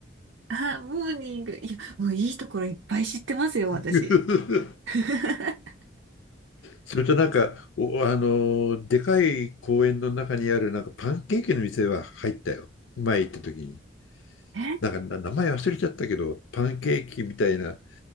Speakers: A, on the right; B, on the left.
A: あ、モーニング。いや、もういいところいっぱい知ってますよ、私。
B: <laughs>
A: <laughs>
B: それとなんか、お、あの、でかい公園の中にあるなんかパンケーキの店は入ったよ。前行った時に。
A: え
B: なんかな名前忘れちゃったけど、パンケーキみたいな